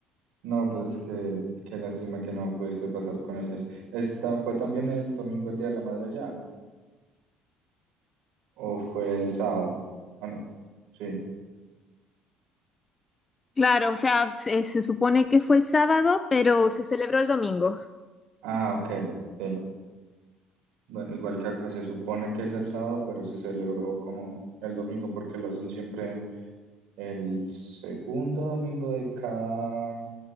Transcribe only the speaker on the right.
No, pues qué, qué lástima que no pudiste pasar con ellas. ¿Esta fue también el domingo el Día de la Madre allá? ¿O fue el sábado? Ah, no. Sí.
Ah, ok. Sí. Bueno, igual que acá se supone que es el sábado, pero se celebró como el domingo porque lo hacen siempre el segundo domingo de cada